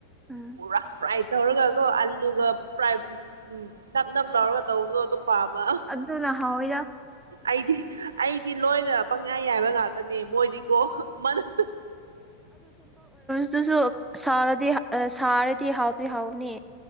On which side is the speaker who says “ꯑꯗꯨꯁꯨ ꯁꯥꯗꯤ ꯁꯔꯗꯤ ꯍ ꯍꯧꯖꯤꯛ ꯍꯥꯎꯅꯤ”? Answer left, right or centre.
Centre